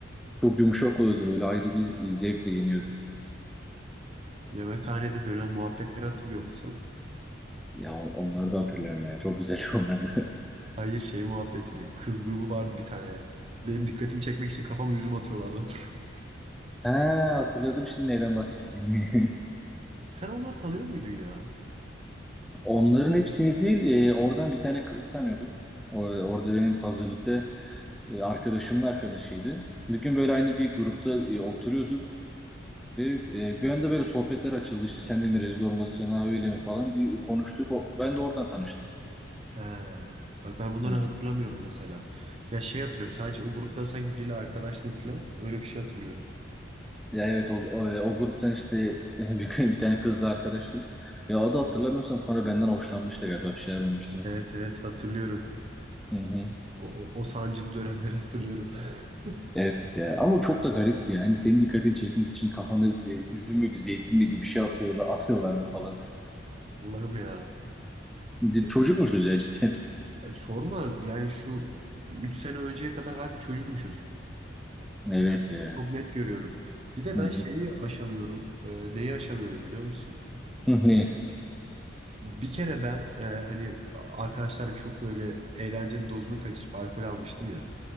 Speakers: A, in the centre; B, on the right (about 30°).
A: çok yumuşak oluyordu böyle ayrı bir zevkle yeniyordu.
B: Yemekhanede dönen muhabbetleri hatırlıyor musun?
A: Ya on- onları da hatırlıyorum ya. Çok güzel <laughs> onları da.
B: Hayır şey muhabbetini. Kız grubu vardı bir tane. Benim dikkatimi çekmek için kafama üzüm atıyorlardı hatırlıyorum.
A: He hatırladım şimdi neyden bahsettiğini. <laughs>
B: Sen onları tanıyor muydun ya?
A: Onların hepsini değil e, oradan bir tane kızı tanıyordum. O, orada benim hazırlıkta e, arkadaşımın arkadaşıydı. Bir gün böyle aynı bir grupta e, oturuyorduk. Ve e, bir anda böyle sohbetler açıldı işte sen de mi rezidor musun ha öyle mi falan bir konuştuk. O, ben de oradan tanıştım.
B: He. Bak ben bunları
A: Hı.
B: hatırlamıyorum mesela. Ya şey hatırlıyorum. Sadece o gruptan sanki biriyle arkadaştım falan. Öyle bir şey hatırlıyorum.
A: Ya evet o, o, o gruptan işte <laughs> bir, bir tane kızla arkadaştım. Ya o da hatırlamıyorsam sonra benden hoşlanmıştı galiba bir şeyler olmuştu.
B: Evet evet hatırlıyorum.
A: Hı hı.
B: O, o, o sancılı dönemleri hatırlıyorum. <laughs>
A: Evet ya ama çok da garipti yani senin dikkatini çekmek için kafanı e, üzüm müydü zeytin miydi bir şey atıyorlar, atıyorlardı falan filan.
B: Allah'ım ya.
A: C-
B: Peki,
A: Çocukmuşuz ya cidden.
B: sorma yani şu 3 sene önceye kadar harbi çocukmuşuz.
A: Evet ya.
B: Çok net görüyorum. Bir de
A: Hı
B: ben
A: hı.
B: şeyi aşamıyorum. Ee, neyi aşamıyorum biliyor musun?
A: Hı hı.
B: Bir kere ben e, hani arkadaşlarla çok böyle eğlencenin dozunu kaçırıp alkol almıştım ya.